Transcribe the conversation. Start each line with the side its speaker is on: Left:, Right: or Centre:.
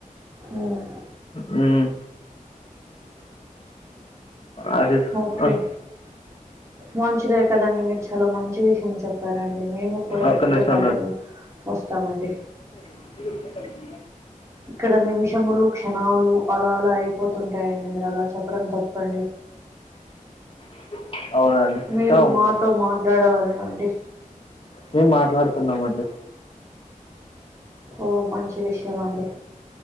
Right: ఉమ్,
Left: హమ్ అదిే
Right: ఓకే
Left: ఆహ్
Right: మంచిదే కదండి మీరు చాలా మంచి విషయం చెప్పారండి మేము కూడా
Left: ఒక్క
Right: మీతో
Left: నిమిషం
Right: పాటు వ వస్తామండి
Left: ఇ <inaudible>
Right: ఇక్కడ నిమిషములు క్షణాలు అలా అలా అయిపోతుంటాయండి మీరు అలా చెప్పడం తప్పండి
Left: <unintelligible>
Right: మీరు
Left: ఇంకా ఉందండి
Right: మాతో మాట్లాడవలే నుండి
Left: మేం మాట్లాడుతున్నామండి
Right: ఓ మంచి విషయం అండి